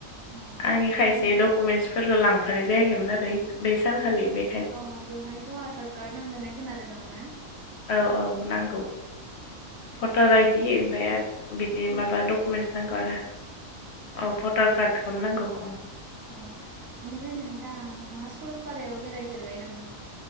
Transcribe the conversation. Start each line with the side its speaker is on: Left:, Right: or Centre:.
Right: औ
Left: आंनि खायसे
Right: नोंथां
Left: दकुमेन्टसफोरखौ लांफानाय जायाखैमोन आरो ओयक बे सानखालि बे
Right: औ बेवहायथ' आधार कार्ड नांगोन खोनादों आं ना?
Left: औ औ नांगौ भटार आइ दि ओमफ्राय आरो बिदि माबा डकुमेन्टस नांगौ आरो। औ भटार कार्डखौनो नांगौ औ।
Right: औ बेनिफ्राय नोंथां नोंथांङा सरलपारायाव बेरायफेरबाय नामा?